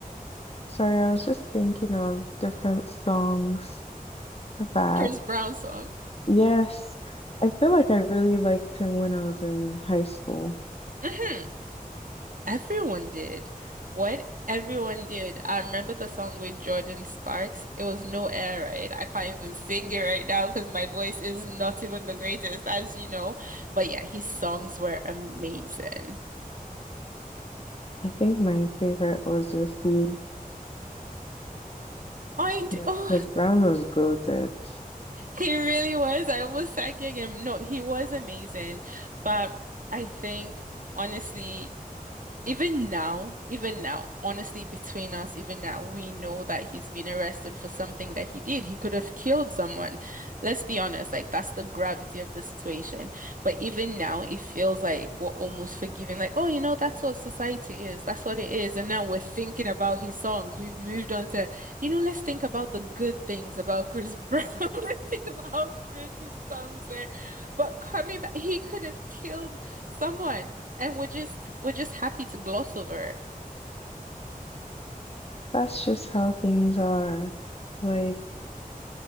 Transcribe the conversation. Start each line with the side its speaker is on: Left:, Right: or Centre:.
Left: Sorry, I was just thinking of different songs that,
Right: <laughs> Chris Brown song. <laughs>
Left: yes, I feel like I really liked him when I was in high school.
Right: Mhm. Everyone did. What everyone did. I remember the song with Jordan Sparks. It was No Air Raid. I can't even sing it right now because my voice is not even the greatest, as you know. But yeah, his songs were amazing.
Left: I think my favorite was With You.
Right: I d
Left: Uh,
Right: <laughs> oh,
Left: Chris Brown was goated.
Right: he really was. I was thanking him. No, he was amazing. But I think honestly. Even now, even now, honestly, between us, even now, we know that he's been arrested for something that he did. He could have killed someone. Let's be honest, like that's the gravity of the situation. But even now, it feels like we're almost forgiving, like, oh, you know, that's what society is. That's what it is. And now we're thinking about his songs. We've moved on to, you know, let's think about the good things about Chris Brown. <laughs> Let's think about how good his songs were. But coming back, he could have killed someone. And we're just we're just happy to gloss over it.
Left: That's just how things are. Like,